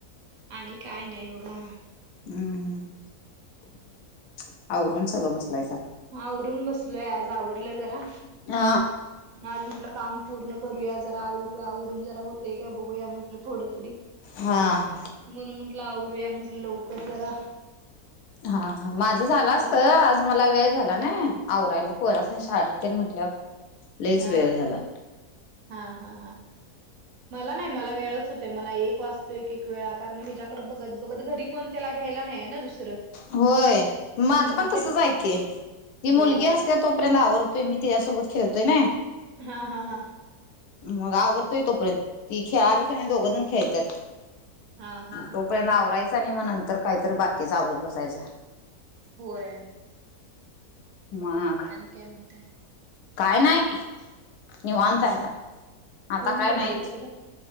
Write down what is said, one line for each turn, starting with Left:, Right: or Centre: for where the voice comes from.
Right: आणि काय नाही बघा
Left: हम्म हम् आवरून सगळं बसलायचा
Right: हा रून बसलोय आज आवरलं जरा
Left: ह
Right: आज म्हटलं काम पूर्ण करूया जरा आवरून जरा होते किंवा बघूया म्हण थोड तरी
Left: हा
Right: म्हण म्हंटलं आया म्हटलं लवक जरा
Left: हा हा माझं झालं असत
Right: आवर
Left: आ आज मला वेळ झाला नाही आवरायला पोराच नाही शाळेत ते म्हटल्यावर लईच
Right: हा
Left: वेळ झाला.
Right: हा हा हा मला नाही मला वेळच मला एक वास्तू एक एक वेळा कारण मी हिच्याकडं बघत बघत घरी कोणतेला घ्यायला नाही ना दुसरं
Left: होय
Right: हम्म
Left: माझं पण तसच
Right: ते
Left: ऐकय ती
Right: होय
Left: मुलगी असते तोपर्यंत आवरतोय मी त्याच्यासोबत खेळतोय ना
Right: हा हा हा
Left: मग आवडतोय तोपर्यंत ती खेळाली की नाही दोघं जण खेळतात
Right: हा हा हा
Left: तो पर्ंत आवरायचा आणि मग नंतर काहीत बाकीचा आवरत बसायच
Right: होय
Left: मघ
Right: केमत
Left: काय नाहीय न वातायता
Right: हम्म हम्म.
Left: आता
Right: ऊन
Left: काय
Right: पडले
Left: नाही
Right: तिकडे